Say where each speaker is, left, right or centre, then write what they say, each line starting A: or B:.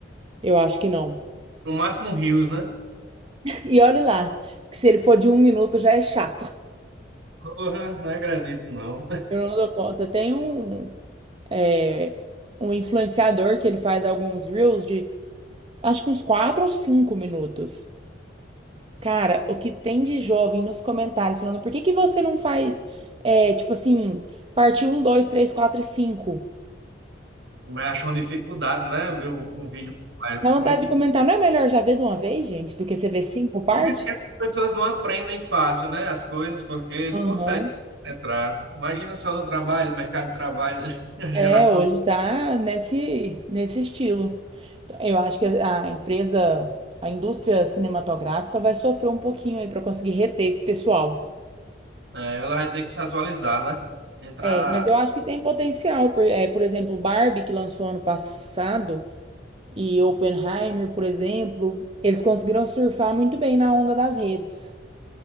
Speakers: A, on the right; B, on the right.
A: Eu acho que não.
B: No máximo Rios, né?
A: E olhe lá, que se ele for de um minuto já é chato.
B: Porra, não acredito, não.
A: Eu não dou conta. Tem um. é, um influenciador que ele faz alguns reels de acho que uns 4 ou 5 minutos. Cara, o que tem de jovem nos comentários falando por que que você não faz, é, tipo assim, parte um 2 3 4 e cinco
B: Vai achar uma dificuldade, né? Ver o, o vídeo completo.
A: Dá vontade
B: Como é que.
A: de comentar, não é melhor já ver de uma vez, gente, do que você ver cinco partes?
B: Por isso que as pessoas não aprendem fácil, né? As coisas, porque
A: Aham.
B: não conseguem entrar. Imagina só no trabalho, mercado de trabalho, <laughs> a geração.
A: É, hoje tá nesse, nesse estilo. Então, Eu acho que a a empresa, a indústria cinematográfica vai sofrer um pouquinho aí para conseguir reter esse pessoal.
B: é, ela vai ter que se atualizar, né? Entrar.
A: É, mas eu acho que tem potencial. Por, é, por exemplo, Barbie, que lançou ano passado, e Oppenheimer, por exemplo, eles conseguiram surfar muito bem na onda das redes.